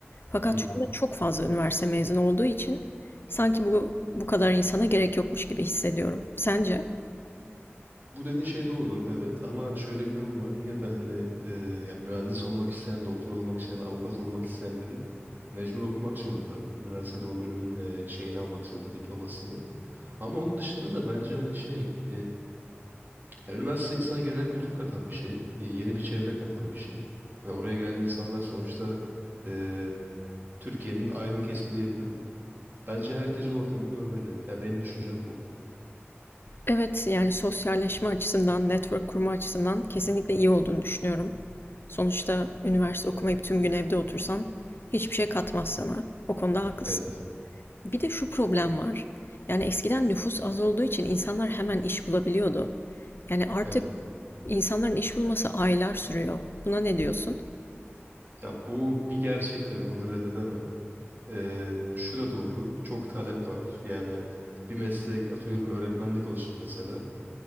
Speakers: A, on the left (about 55°); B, on the right (about 45°).
A: Fakat
B: Hı hı.
A: şu anda çok fazla üniversite mezunu olduğu için sanki bu bu kadar insana gerek yokmuş gibi hissediyorum. Sence?
B: Bu dediğin şey doğru, evet. Ama şöyle bir durum var. Yine de hani eee, yani mühendis olmak isteyen, doktor olmak isteyen, avukat olmak isteyen biri mecbur okumak zorunda. Üniversitede o bölümün eee, şeyini almak zorunda, diplomasını. Ama onun dışında da bence hani şey, Ya üniversite insana genel kültür katan bir şey. e, Yeni bir çevre katan bir şey. Hani oraya gelen insanlar sonuçta e, Türkiye'nin aydın kesimi diyebilirim. Bence herkes o ortamı görmeli. Ya benim düşüncem bu.
A: Evet, yani sosyalleşme açısından, network kurma açısından kesinlikle iyi olduğunu düşünüyorum. Sonuçta üniversite okumayıp tüm gün evde otursan hiçbir şey katmaz sana. O konuda haklısın.
B: Evet.
A: Bir de şu problem var. Yani eskiden nüfus az olduğu için insanlar hemen iş bulabiliyordu. Yani artık
B: Evet.
A: insanların iş bulması aylar sürüyor. Buna ne diyorsun?
B: Ya bu bir gerçek tabii. Bunu reddedemem. E, şu da doğru. Çok talep var. Yani bir meslek atıyorum öğretmenlik olsun mesela.